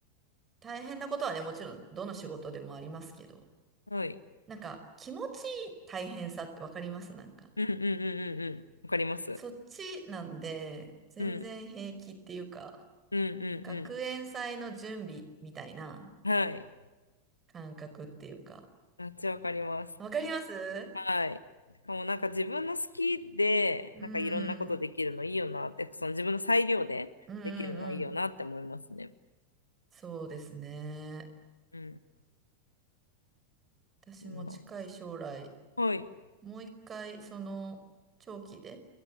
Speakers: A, on the right; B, on the left.
A: 大変なことはね、もちろんどの仕事でもありますけど、
B: はい。
A: なんか気持ちいい大変さってわかりますなんか。
B: うんうんうんうんうん。わかります。
A: そっちなんで、全然平気っていうか、
B: うん。うんうん
A: 学園祭の準備みたいな
B: うん。はい。
A: 感覚っていうか。
B: めっちゃわかります。
A: わかります
B: はい。しかもなんか自分の好きで、
A: うー
B: なんかいろんなことできるのいいよなって、
A: ん、
B: その自分の裁量でできるのはいいよなって思いますね。
A: うんうんうん。そうですね。
B: うん。
A: 私も近い将来、
B: そうなんです。はい。
A: もう一回、その、長期で